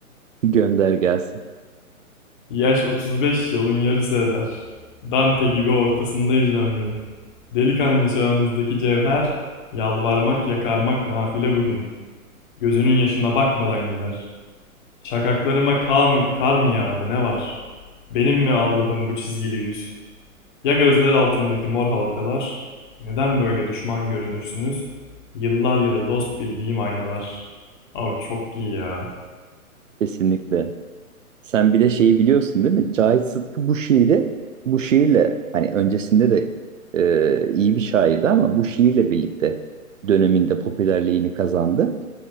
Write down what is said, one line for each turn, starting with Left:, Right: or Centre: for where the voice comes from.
Right: Gönder gelsin.
Left: Yaş 35 yolun yarısı eder. Dante gibi ortasındayız ömrün. Delikanlı çağımızdaki cevher, yalvarmak yakarmak nafile bugün. Gözünün yaşına bakmadan gider. Şakaklarıma kar mı, kar mı yağdı ne var? Benim mi Allah'ım bu çizgili yüz? Ya gözler altındaki mor halkalar? Neden böyle düşman görünürsünüz? Yıllar yılı dost bildiğim aynalar. Abi çok iyi ya.
Right: Kesinlikle. Sen bir de şeyi biliyorsun değil mi? Cahit Sıtkı bu şiiri bu şiirle hani öncesinde de e, iyi bir şairdi ama bu şiirle birlikte döneminde popülerliğini kazandı.